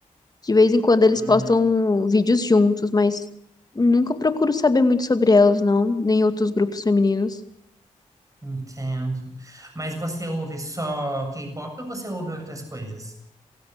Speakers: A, on the left; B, on the right.
A: De vez em quando eles
B: Hum,
A: postam vídeos juntos, mas nunca procuro saber muito sobre elas, não, nem outros grupos femininos.
B: entendo. Mas você ouve só K-pop ou você ouve outras coisas?